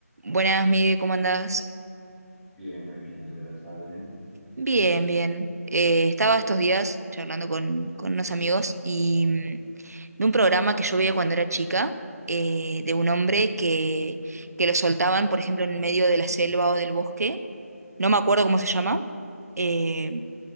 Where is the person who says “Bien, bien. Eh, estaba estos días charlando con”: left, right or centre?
Right